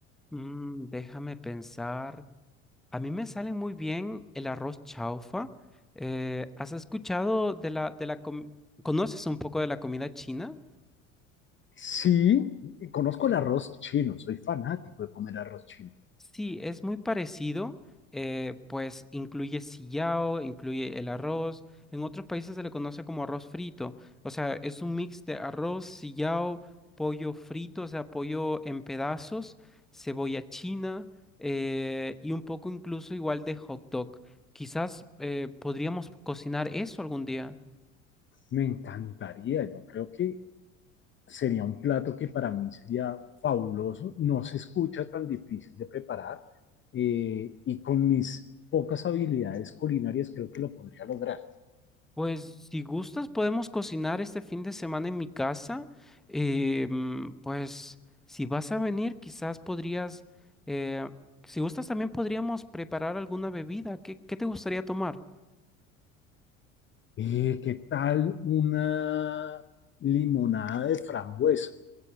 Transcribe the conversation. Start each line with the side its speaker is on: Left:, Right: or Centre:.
Centre: Mm, déjame pensar. A mí me sale muy bien el arroz chaufa. Eh, ¿has escuchado de la, de la com- ¿Conoces un poco de la comida china?
Left: Sí, conozco el arroz chino, soy fanático de comer arroz chino.
Centre: Sí, es muy parecido, eh, pues incluye sillao, incluye el arroz. En otros países se le conoce como arroz frito. O sea, es un mix de arroz, sillao, pollo frito, o sea, pollo en pedazos, cebolla china eh, y un poco incluso igual de hot dog. Quizás eh, podríamos cocinar eso algún día.
Left: Me encantaría, yo creo que sería un plato que para mí sería fabuloso, no se escucha tan difícil de preparar eh, y con mis pocas habilidades culinarias creo que lo podría lograr.
Centre: Pues si gustas podemos cocinar este fin de semana en mi casa. Eh, mm, pues si vas a venir, quizás podrías, eh, si gustas también podríamos preparar alguna bebida. ¿Qué, qué te gustaría tomar?
Left: Eh, ¿Qué tal una limonada de frambuesa?